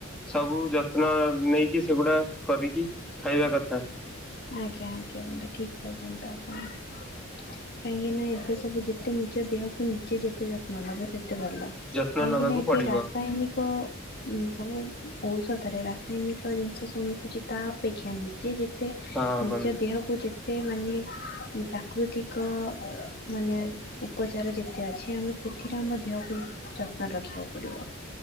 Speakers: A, in the centre; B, on the left.
A: ସବୁ ଯତ୍ନ ନେଇକି ସେଗୁଡା କରିକି ଖାଇବା କଥା।
B: ଆଜ୍ଞା ଆଜ୍ଞା ବନ୍ଧୁ ଠିକ କହିଛନ୍ତି ତ ଆପଣ। କାହିଁକିନା ଏବେ ସବୁ ଯେତେ ନିଜ ଦେହକୁ ନିଜେ ଯେତେ ଯତ୍ନ ନବ ସେ ତେ ଭଲ କାହିଁକିନା
A: ଯତ୍ନ ନବାକୁ
B: ଏବେ
A: ପଡିବ
B: ରାସାୟନିକ ଉଁ ସବୁ ଔଷଧରେ ରାସାୟନିକ ଜିନିଷ ସବୁ ମିଶୁଛି ତା ଅପେକ୍ଷା ନିଜେ ଯେ ତେ
A: ହଁ
B: ନିଜ
A: ବନ୍ଧୁ
B: ଦେହକୁ ଯେ ଏତେ ମାନେ ପ୍ରାକୃତିକ ଅ ମାନେ ଉପଚାର ଯେତେ ଅଛି ଆମେ ସେଥିରେ ଆମ ଦେହକୁ ଯତ୍ନରେ ରଖିଆକୁ ପଡିବ।